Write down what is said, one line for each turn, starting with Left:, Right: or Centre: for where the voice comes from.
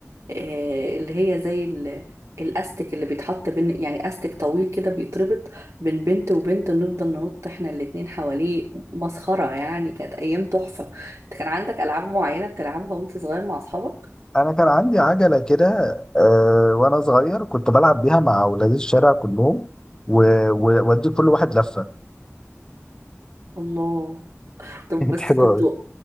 Right: آه، اللي هي زي ال- الاستك اللي بيتحط بين يعني استك طويل كده بيتربط بين بنت وبنت نفضل ننط احنا الاتنين حواليه مسخره يعني كانت ايام تحفه انت كان عندك العاب معينه بتلعبها وانت صغير مع اصحابك
Left: انا كان عندي عجله كده آه وانا صغير كنت بلعب بيها مع اولاد الشارع كلهم و- وودي كل واحد لفه
Right: الله طب
Left: <laughs> كانت
Right: بس
Left: حلوة
Right: كنت